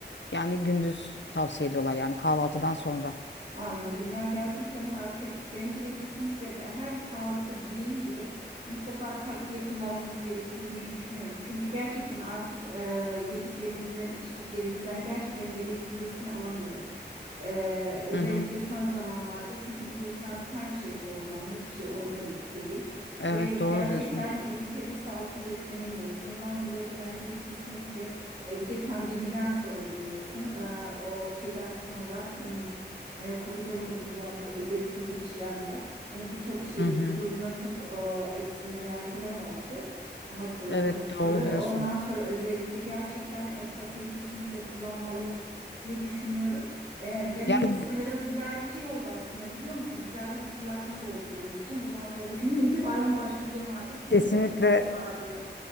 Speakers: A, on the left; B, on the right.
A: Yani gündüz tavsiye ediyorlar yani kahvaltıdan sonra.
B: Anladım. Ya gerçekten harika. Bence de kesinlikle her sağlıklı bireyin bile mutlaka takviye kullanması gerekiyor diye düşünüyorum. Çünkü gerçekten artık e, yediklerimizden, içtiklerimizden gerçekten gerekli besini alamıyoruz. E, özellikle
A: Hı hı.
B: son zamanlarda çünkü biliyorsun artık her şey hormonlu, hiçbir şey organik değil.
A: Evet
B: Ve
A: doğru
B: gerçekten
A: diyorsun.
B: yeteri sağlıklı beslenemiyoruz. Bundan dolayı da bence de kesinlikle e, bir de pandemiden sonra biliyorsun e, o şeyden sonra e, on dokuzdan sonra özellikle geçirenler hani birçok şey
A: Hı hı.
B: vücuduna çok e, eksilmeler falan oldu hastalıktan
A: Evet
B: ötürü.
A: doğru diyorsun.
B: Ondan sonra özellikle gerçekten e, takviye kesinlikle kullanmalı diye düşünüyorum. E, benim
A: Yani
B: de sanırım güzel bir şey oldu aslında biliyor musun? Güzel bir hatırlatma da oldu benim için. Bundan sonra bugünden <laughs> itibaren başlayacağım artık çünkü
A: kesinlikle
B: bacaklarım ağrıyor.